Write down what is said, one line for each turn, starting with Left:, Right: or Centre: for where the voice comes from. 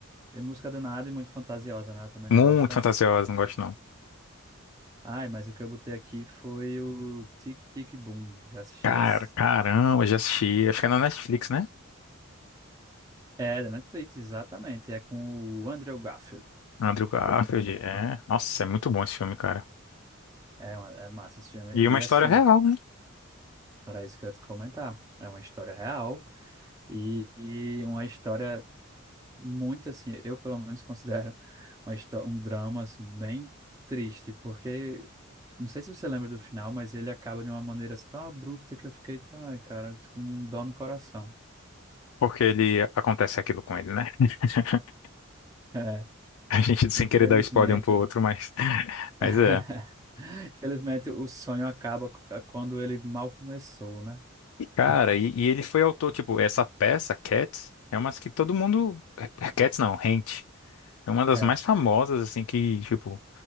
Right: é Música do nada e muito fantasiosa, né? Eu também não
Left: Muito
Right: gosto, não.
Left: fantasiosa, não gosto não.
Right: Ai, mas o que eu botei aqui foi o Tic Tic Boom. Já assistiu
Left: Cara,
Right: esse?
Left: caramba, já assisti. Acho que é na Netflix, né?
Right: É, da Netflix, exatamente. É com o Andrew Garfield.
Left: Andrew Garfield, é. Nossa, é muito bom esse filme, cara.
Right: É, uma- é massa esse filme.
Left: E uma
Right: E
Left: história
Right: assim,
Left: real, né?
Right: era isso que eu ia te comentar. É uma história real e, e uma história muito assim, eu pelo menos considero uma histó- um drama assim, bem triste, porque não sei se você lembra do final, mas ele acaba de uma maneira assim, tão abrupta que eu fiquei, tá, ai, cara, tô com um dó no coração.
Left: Porque ele acontece aquilo com ele, né? <laughs>
Right: É,
Left: A gente sem
Right: infelizmente.
Left: querer dar spoiler um pro outro, mas, <laughs> mas
Right: <laughs>
Left: é.
Right: Infelizmente, o sonho acaba quando ele mal começou, né?
Left: Cara, e, e ele foi autor, tipo, essa peça, Cats, é uma que todo mundo. é, Cats não, Rent. É uma das
Right: É,
Left: mais famosas, assim, que, tipo,